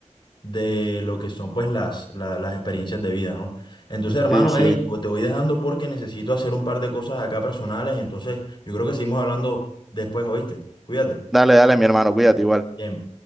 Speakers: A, on the left (about 40°); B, in the centre.
A: de lo que son pues las, la- las experiencias de vida, ¿no? Entonces, hermano,
B: Sí, sí.
A: hey, bo- te voy dejando porque necesito hacer un par de cosas acá personales, entonces yo creo que seguimos hablando después, ¿oíste? Cuídate.
B: Dale, dale, mi hermano, cuídate igual.
A: Bien.